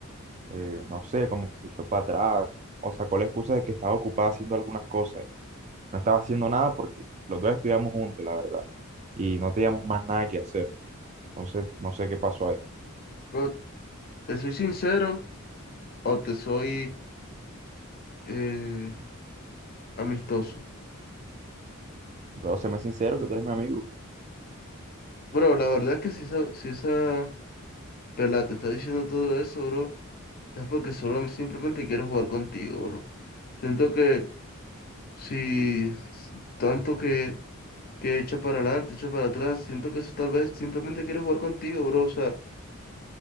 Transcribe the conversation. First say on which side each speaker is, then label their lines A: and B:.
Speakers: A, on the right; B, on the left.
A: eh, no sé, como que se echó para atrás o sacó la excusa de que estaba ocupada haciendo algunas cosas. No estaba haciendo nada porque los dos estudiamos juntos, la verdad, y no teníamos más nada que hacer. Entonces, no sé qué pasó ahí.
B: Bro, ¿te soy sincero o te soy eh, amistoso?
A: Pero séme sincero que tú eres mi amigo.
B: Bro, la verdad es que si esa, si esa pelada te está diciendo todo eso, bro, es porque solo simplemente quiero jugar contigo, bro. Siento que si tanto que que echa para adelante, echa para atrás. Siento que eso tal vez simplemente quiere jugar contigo, bro. O sea,